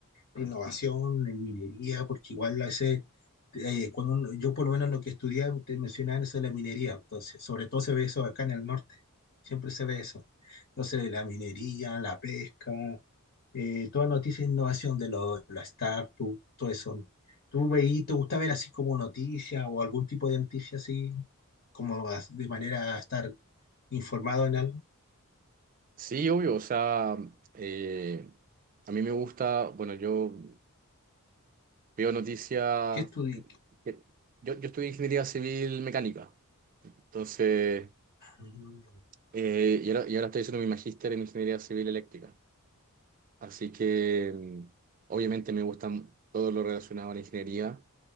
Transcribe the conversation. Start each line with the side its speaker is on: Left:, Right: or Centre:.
Left: innovación en minería, porque igual a veces, eh, cuando uno- yo por lo menos lo que estudié, te mencionaban eso de la minería, entonces, sobre todo se ve eso acá en el norte, siempre se ve eso. Entonces, la minería, la pesca, eh, toda noticia de innovación de lo- la startup, todo eso. ¿Tú veí, te gusta ver así como noticias o algún tipo de noticia así, como as- de manera a estar informado en algo?
Right: Sí, obvio. O sea, eh, a mí me gusta, bueno, yo veo noticias.
Left: ¿Qué estudi- qué-
Right: que- Yo, yo estudié ingeniería civil mecánica. Entonces,
Left: Mm,
Right: eh, y ahora, y ahora estoy haciendo mi magíster en ingeniería civil eléctrica. Así que, mm, obviamente, me gusta todo lo relacionado a la ingeniería,